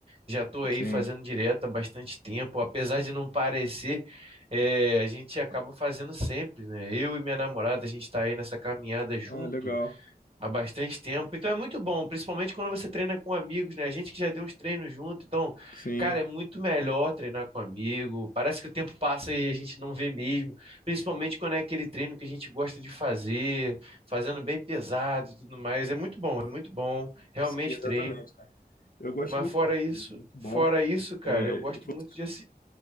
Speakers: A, on the right; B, on the left.
A: Já estou aí
B: Sim.
A: fazendo direto há bastante tempo, apesar de não parecer, eh, a gente acaba fazendo sempre, né? Eu e minha namorada, a gente está aí nessa caminhada junto
B: Ah, legal.
A: há bastante tempo, então é muito bom, principalmente quando você treina com amigos, né? A gente que já deu uns treinos junto, então,
B: Sim.
A: cara, é muito melhor treinar com amigo. Parece que o tempo passa e a gente não vê mesmo, principalmente quando é aquele treino que a gente gosta de fazer, fazendo bem pesado e tudo mais. É muito bom, é muito bom, realmente
B: Sim, exatamente,
A: treino.
B: cara. Eu gosto
A: Mas
B: muito
A: fora
B: de treinar
A: isso,
B: também, muito bom.
A: fora isso, cara,
B: É,
A: eu gosto
B: e foi
A: muito de assistir.